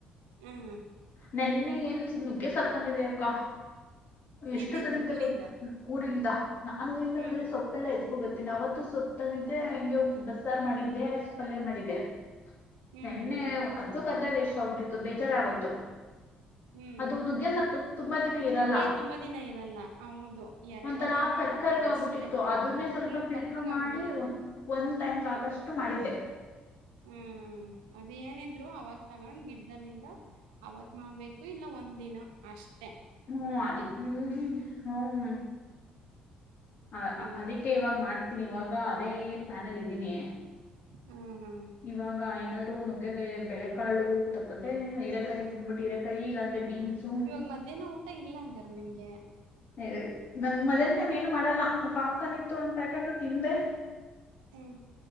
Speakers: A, on the right (about 70°); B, on the left (about 45°).
A: ಹ್ಮ
B: ನೆನ್ನೆ ಏನ್ ನುಗ್ಗೆ ಸಾರ್ಕೊಂಡಿದ ಅಕ್ಕ ಎಷ್ಟು
A: ಎಲ್ಲಿಂದ
B: ತಂದಿದ್ದೆ
A: ಊರಿಂದ
B: ಗೊ ಊರಿಂದ ನಾನ್ ಊರಿಂದ
A: ಹ್ಮ್
B: ಬಂದ್ರೆ ಸೊಪ್ಪೆಲ್ಲ ಎತ್ಕೋ ಬತ್ತೆ ಅವತ್ತು ಸಪ್ತಂದ ಇದೆ ಹೆಂಗೆ ಬಸಾರ್ ಮಾಡಿದ್ದೆ ಪಲ್ಯ ಮಾಡಿದ್ದೆ
A: ಹ್ಮ್
B: ನೆನ್ನೆ
A: ಹ್ಮ್
B: ಅದ್ದು ಕದ ವಷ ಬಟ್ಟಿತ್ತು ಬೇಜಾರ್ ಆಗ್ತೋತು
A: ಹ್ಮ್
B: ಅದುದುಗೆಸತ ತುಂಬ ಇರಲ್ಲ
A: ಏ ತುಂಬ ದಿನ ಇರಲ್ಲ ಹೌದು ಎರಡು
B: ಒಂಥರ
A: ದಿನ
B: ಕರ್ಕರ್ಗ
A: ಅಷ್ಟೆ
B: ಆಗ್ಬಿಟ್ಟಿತ್ತು ಅದನ್ನೇ ಸ್ವಲ್ಪ
A: ಹ್ಮ್
B: ಫಿಲ್ಟರ್
A: ಕಪ್ಪುಗಾಗ್ಬಿಡುತ್ತೆ
B: ಮಾಡಿ ಒಂದ್ ಟೈಮ್ ಆಗಷ್ಟು
A: ಹ್ಮ್
B: ಮಾಡಿದೆ
A: ಹ್ಮ್ ಅದೇಏನಿದ್ರು ಅವಾಗ ತಗೊಂಡ್ ಗಿಡ್ದದಲ್ಲಿಂದ ಅವತ್ ಮಾಡ್ಬೇಕು ಇಲ್ಲ ಒಂದ್ ದಿನ ಅಷ್ಟ
B: ಹ್ಮ ಅದಕ್ಕೆ ಹ್ಮ ಹ
A: ಹಂಗೆ
B: ಅದಕ್ಕೆ ಇವಾಗ್ ಮಾಡ್ತ ಇವಾಗ ಅದೇ ಪ್ಯಾಲ್ನ ಅಲ್ಲಿ ಇದ್ದೀನಿ
A: ಹ್ಮ್ ಹ್ಮ್
B: ಇವ ಗಾಯನ ನುಗ್ಗೆ ಬೆಳೆ ಕಾಳು ತಪ್ಪದೆ ಹ ಕಾಯಿ ತಂದ್ಬಿಟ್ಟಿರ ಕಾಯಿ ಇಲ್ಲಾಂದ್ರೆ ಬೀನ್ಸು
A: ಇವಾಗ ಮಧ್ಯಾಹ್ನ ಊಟ ಇಲ್ಲ ಹಂಗಾರ ನಿಮ್ಗೆ
B: ಹ ನನ್ ಮೊದಲ್ ಮೇ ಮಾಡಲ್ಲ ಪಾಪ್ಕಾರ್ನ್ ಇತ್ತು ಒಂದ್ ಪ್ಯಾಕೆಟ್ ತಿಂದೆ
A: ಹ್ಮ್